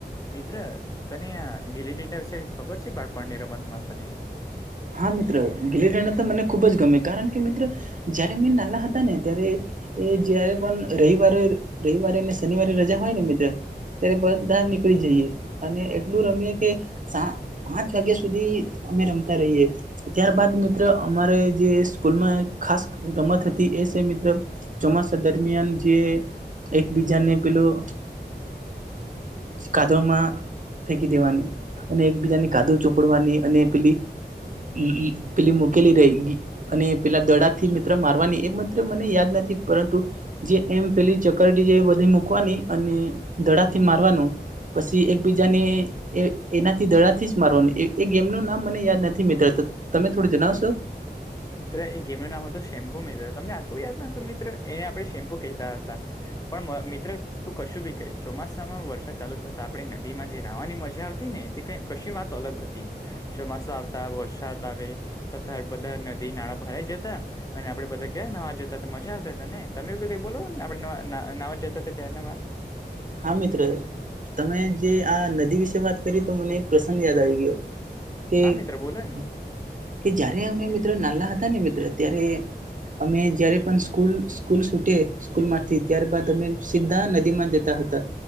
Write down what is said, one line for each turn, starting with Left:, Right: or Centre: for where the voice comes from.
Left: મિત્ર તને આ ગીલી-દંડા વિશે ખબર છે બાળપણની રમતમાં તને.
Right: હા મિત્ર. ગીલી-દંડા તો મને ખૂબ જ ગમે. કારણ કે, મિત્ર જયારે અમેં નાના હતા ને ત્યારે એ જયારે પણ રઈવારે, રઈવારે ને શનિવારે રજા હોય ને મિત્ર ત્યારે બધા નીકળી જઈએ. અને એટલું રમીએ કે સા પાંચ વાગ્યા સુધી અમે રમતા રહીએ. ત્યારબાદ મિત્ર અમારે જે સ્કૂલમાં ખાસ રમત હતી એ સે મિત્ર ચોમાસા દરમિયાન જે એકબીજાને પહેલું કાદવામાં ફેંકી દેવાની. અને એકબીજાને કાદવ ચોપડવાની. અને પેલી ઈ-ઈ પેલી મૂકેલી રહેગી. અને પેલા દડા થી મિત્ર મારવાની. એ મિત્ર મને યાદ નથી, પરંતુ જે એમ પેલી ચકરડી જે એ બધી મૂકવાની, અને દડા થી મારવાનું પસી એકબીજાને એ એનાથી દડાથી જ મારવાનું. એ-એ ગેમનું નામ મને યાદ નથ થી મિત્ર. ત તમે થોડું જનાવશો.
Left: મિત્ર એ ગેમનું નામ હતું શેમ્પુ મિત્ર. તમને આટલું યાદ નહોતું મિત્ર. એ આપણે શેમ્પુ કહેતા હતા. પણ મ મિત્ર તું કશું ભી કહે, ચોમાસ સામાં વરસાદ ચાલુ થતા આપણે નદીમાં જે નહાવાની મજા આવતી ને તે કાંઈ કશી વાત અલગ હતી. ચોમાસું આવતા વરસાદ આવે, તથા બધા નદી નાળા ભરાઈ જતા અને આપણે બધા કેવા નહાવા જતા તા, મજા આવતા તા ને. તમે બી કંઈ બોલો. આપણે નવા ન નહાવા જતા તા ત્યારના વાત.
Right: હા મિત્ર. તમે જે આ નદી વિશે વાત કરી તો મને એક પ્રસંગ યાદ આવી ગયો. કે-કે
Left: હા મિત્ર બોલો ને હા
Right: જ્યારે અમે મિત્ર નાનલા હતા ને મિત્ર ત્યારે અમે જ્યારે પણ સ્કૂલ-સ્કૂલ છૂટે સ્કૂલમાંથી, ત્યાર બાાદ અમે સીધા નદીમાં જતા હત તા.